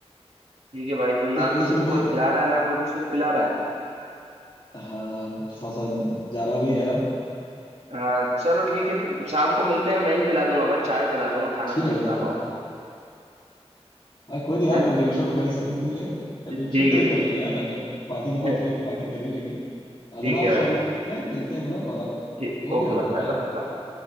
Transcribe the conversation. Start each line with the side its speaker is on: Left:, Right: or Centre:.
Right: ठीक है भाई तो ना
Left: चलो, लेकिन
Right: किसी को
Left: भाई
Right: कोई खिला रहा है ना कोई किसी को पिला रहा है
Left: हाँ थोड़ा सा जाना भी है यार
Right: हाँ चलो ठीक है फिर शाम को मिलते हैं मैं ही पिला दूंगा भाई चाय पिला दूंगा खाना
Left: ठीक
Right: तो नहीं
Left: है भाई
Right: खिला
Left: हाँ तो
Right: पाऊंगा
Left: हाँ कोई नहीं यार
Right: है ना
Left: कंट्रीब्यूशन तो कर ही सकते
Right: हम्म।
Left: हैं कंट्रीब्यूशन
Right: ठीक
Left: करें
Right: है
Left: कर लेंगे यार अब जब पार्टी की बात
Right: <laughs>
Left: हुई है, तो पार्टी कर ही लेंगे आ
Right: ठीक
Left: जाना आप
Right: है भाई
Left: शाम
Right: ठीक
Left: में मिलते हैं ना बाजार
Right: ठीक
Left: ओके
Right: ओके
Left: भाई
Right: भाई
Left: बाय
Right: बाय
Left: बाय
Right: बाय बाय